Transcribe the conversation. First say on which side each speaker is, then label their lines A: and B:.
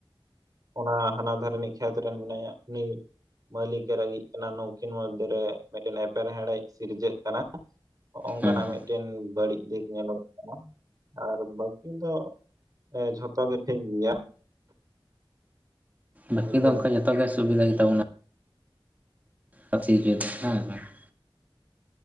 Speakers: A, on the right; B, on the right.
A: ᱚᱱᱟ ᱦᱟᱱᱟ ᱫᱷᱟᱨᱱᱤᱡ ᱠᱷᱮᱛ ᱨᱮᱱ ᱢᱮᱱᱟᱭᱟ ᱩᱱᱤᱼᱼ ᱢᱟᱹᱞᱤᱠᱮ ᱨᱟᱹᱜᱤᱜ ᱠᱟᱱᱟ ᱱᱚᱝᱠᱤᱱ ᱢᱚᱫᱽᱫᱷᱮ ᱨᱮ ᱢᱤᱫᱴᱮᱱ ᱮᱯᱮᱨᱦᱮᱰᱮᱡ ᱥᱤᱨᱡᱟᱹᱜ ᱠᱟᱱᱟ ᱾ ᱱᱚᱜᱼᱚ ᱱᱚᱝᱠᱟᱱᱟᱜ
B: ᱦᱮᱸ
A: ᱢᱤᱫᱴᱮᱱᱼᱼ ᱵᱟᱹᱲᱤᱡ ᱫᱤᱠ ᱧᱮᱞᱚᱜᱚᱜ ᱠᱟᱱᱟ, ᱟᱨ ᱵᱟᱹᱠᱤ ᱫᱚ ᱡᱷᱚᱛᱚ ᱜᱮ ᱴᱷᱤᱠ ᱜᱮᱭᱟ ᱾
B: ᱵᱟᱹᱠᱤ
A: ᱵᱩᱡᱷᱟᱹᱣ
B: ᱫᱚ ᱚᱱᱠᱟ ᱡᱚᱛᱚ ᱜᱮ ᱥᱩᱵᱤᱫᱷᱟ ᱜᱮ ᱛᱟᱵᱚᱱᱟ ᱾ ᱴᱷᱤᱠᱜᱮᱭᱟ ᱦᱮᱸ ᱥᱮᱸ <unintelligible>